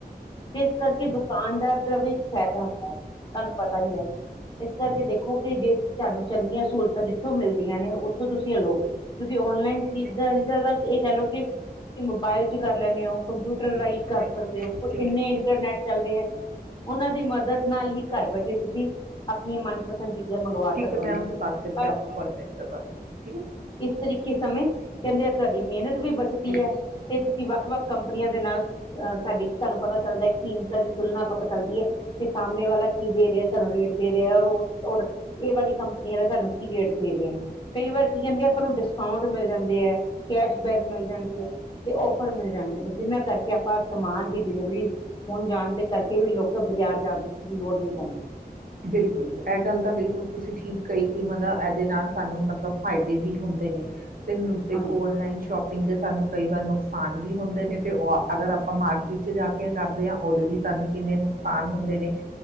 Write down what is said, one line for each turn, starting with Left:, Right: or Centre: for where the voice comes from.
Left: ਜਿਸ ਕਰਕੇ ਦੁਕਾਨਦਾਰ ਦਾ ਵੀ ਫਾਇਦਾ ਹੁੰਦਾ। ਤਾਨੂੰ ਪਤਾ ਹੀ ਐ ਇਸ ਕਰਕੇ ਦੇਖੋ ਕਿ ਜੇ ਤਾਨੂੰ ਚੰਗੀਆਂ ਸਹੂਲਤਾਂ ਜਿੱਥੋਂ ਮਿਲਦੀਆਂ ਨੇ ਉੱਥੋਂ ਤੁਸੀਂ ਲੋ ਕਿਉਂਕਿ ਔਨਲਾਈਨ ਖਰੀਦਾਰੀ
Right: ਓਕੇ
Left: ਜਿਆਦਾ ਇਹ ਕਹਿ ਲਓ ਕਿ ਤੁਸੀਂ ਮੋਬਾਇਲ ਚ ਕਰ ਲੈਣੇ ਉ ਕੰਪਿਊਟਰ
Right: ਠੀਕ
Left: ਰਾਹੀਂ ਕਰ ਸਕ ਇੰਨੇ
Right: ਹੈ।
Left: ਇੰਟਰਨੈੱਟ ਚੱਲਦੇ ਐ ਉਹਨਾਂ ਦੀ ਮਦਦ ਨਾਲ ਹੀ ਘਰ ਬੈਠੇ ਤੁਸੀਂ ਆਪਣੇ ਮਨ ਪਸੰਦ ਚੀਜ਼ਾਂ ਮੰਗਵਾ
Right: ਠੀਕ
Left: ਸਕਦੇ
Right: ਹੈ ਮੈਂ
Left: ਹੋ।
Right: ਉਨਸੇ ਬਾਤ ਕਰਕੇ
Left: ਪਰ
Right: ਆਪ ਕੋ ਕੋਲ ਬੈਕ ਕਰਵਾ ਦੇਤੀ ਹੂੰ ਠੀਕ ਹੈ।
Left: ਇਸ ਤਰੀਕੇ ਸਮੇਂ ਕਹਿੰਦੇ ਆ ਤੁਹਾਡੀ ਮਿਹਨਤ ਵੀ ਬਚਦੀ
Right: ਠੀਕ
Left: ਹੈ ਤੇ ਤੁਸੀਂ ਵਾ ਵੱਖ ਕੰਪਨੀਆਂ ਦੇ ਨਾਲ ਅਹ ਤੁਹਾਡੀ ਤੁਹਾਨੂੰ ਪਤਾ ਚੱਲਦਾ ਕੀਮਤਾਂ ਦੀ ਤੁਲਨਾ ਪਤਾ ਚੱਲਦੀ ਐ ਤੇ ਸਾਹਮਣੇ ਵਾਲਾ ਕੀ ਦੇ ਰਿਹਾ ਤੁਹਾਨੂੰ ਰੇਟ ਦੇ ਰਿਹਾ ਉਹ ਔਰ ਇਹ ਵਾਲੀ ਕੰਪਨੀਆਂ ਤੁਹਾਨੂੰ ਕੀ ਰੇਟ ਦੇ ਰਹੇ ਆ। ਕਈ ਵਾਰ ਕੀ ਕਹਿੰਦੇ ਆ ਆਪਾਂ ਨੂੰ ਡਿਸਕਾਊਂਟ ਮਿਲ ਜਾਂਦੇ ਐ ਕੈਸ਼ਬੈਕ ਮਿਲ ਜਾਂਦੇ ਐ। ਤੇ ਔਫਰ ਮਿਲ ਜਾਂਦੇ ਨੇ ਜਿਹਨਾਂ ਕਰਕੇ ਆਪਾਂ ਸਮਾਨ ਦੀ ਡਿਲੀਵਰੀ ਹੋਣ ਜਾਣ ਦੇ ਕਰਕੇ ਵੀ ਲੋਕ ਬਾਜ਼ਾਰ ਜਾਣ ਦੀ ਲੋੜ ਨਈ ਪੈਂਦੀ।
Right: ਬਿਲਕੁਲ ਇਹ ਗੱਲ ਤਾਂ ਬਿਲਕੁਲ ਤੁਸੀਂ ਠੀਕ ਕਹੀ ਕਿ ਮਨਾਂ ਇਹਦੇ ਨਾਲ ਸਾਨੂੰ ਮਤਲਬ ਫਾਇਦੇ ਵੀ ਹੁੰਦੇ ਨੇ ਤੇ‌‌ ਨ ਦੇਖੋ
Left: ਹਾਂਜੀ
Right: ਔਨਲਾਈਨ ਸ਼ੋਪ ਪਿੰਗ ਦੇ ਸਾਨੂੰ ਕਈ ਵਾਰ ਨੁਕਸਾਨ ਵੀ ਹੁੰਦੇ ਨੇ ਤੇ ਅਗਰ ਆਪਾਂ ਮਾਰਕੀਟ ਚ ਜਾ ਕੇ ਕਰਦੇ ਹਾਂ ਉਹਦੇ ਵੀ ਸਾਨੂੰ ਕਿੰਨੇ ਨੁਕਸਾਨ ਹੁੰਦੇ ਨੇ।